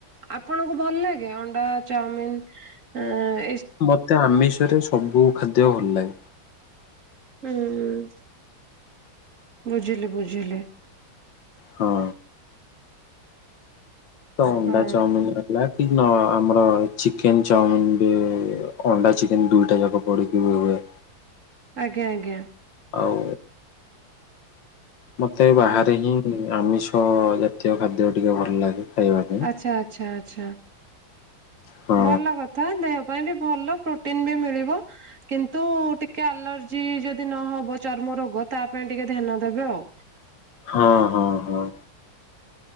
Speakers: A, on the right; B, on the left.
A: ଆପଣ ଙ୍କୁ ଭଲ ଲାଗେ ଅଣ୍ଡା ଚାଉମିନ୍ ଏ
B: ମୋତେ ଆମିଷରେ ସବୁ ଖାଦ୍ୟ ଭଲ ଲାଗେ।
A: ହୁଁ, ବୁଝିଲି ବୁଝିଲି।
B: ହଁ। ଅଣ୍ଡା
A: ହଁ
B: ଚାଉମିନ ହେଲା କି ଆମର ଚିକେନ ଚାଉମିିନ ରେ ଅଣ୍ଡା ଚିକେନ ଦୁଇଟା ଯାକ ପଡିକି ବି ହୁଏ।
A: ଆଜ୍ଞା ଆଜ୍ଞା।
B: ଆଉ ମତେ ବାହାରେ
A: ହୁଁ।
B: ହିଁ ଆମି ମାଛ ଜାତୀୟ ଖାଦ୍ୟ ଟିକେ ଭଲ ଲାଗେ। ଖାଇବା ପାଇଁ।
A: ଆଚ୍ଛା ଆଚ୍ଛା ଆଛା।
B: ହଁ
A: ଭଲ କଥା। ଦେ କହିବି ଭଲ ପ୍ରୋଟିନ ବି ମିଳିବ। କିନ୍ତୁ ଟିକେ ଆଲର୍ଜି ଯଦି ନହବ ଚର୍ମ ରୋଗ ତା ପାଇଁ ଟିକେ ଧ୍ୟାନ ଦେବେ ଆଉ।
B: ହଁ ହଁ ହଁ।